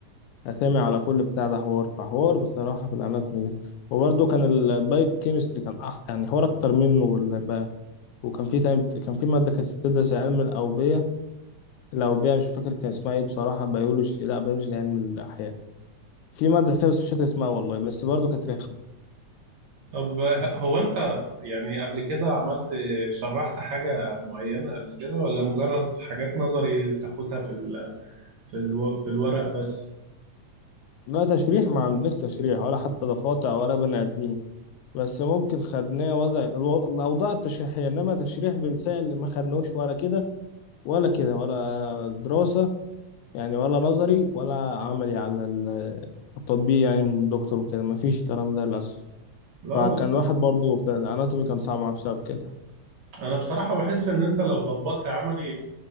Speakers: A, on the left; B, on the right.
A: الأسامي على كل بتاع ده حوار فحوار بصراحة في الاناتومي ده وبرده كان البايو كيمستري كان أح- يعني حوار اكتر منه وال- بقى- وكان في تايم كان في مادة كانت بتدرس علم الأوبية لو بيها مش فاكر كان اسمها ايه بصراحة بيولوجي لا بيولوجي ده علم الأحياء في مادة تانية بس مش فاكر اسمها والله بس برضه كانت رخمة
B: طب ه- هو انت ف- يعني قبل كده عملت شرحت حاجة معينة قبل كده ولا مجرد حاجات نظري بتاخدها في ال في ال في الورق بس
A: لا تشريح ما عندناش تشريح ولا حتى ضفادع ولا بني آدمين بس ممكن خدناه وضع الو- الأوضاع التشريحية إنما تشريح بالفعل ما خدناهوش ولا كده ولا كده ولا دراسة يعني ولا نظري ولا عملي على ال- التطبيق يعني من الدكتور وكده ما فيش الكلام ده للأسف
B: لا
A: فكان
B: والله
A: واحد برضه في الأناتومي كان صعب معاه بسبب كده
B: انا بصراحة بحس ان انت لو طبقت عملي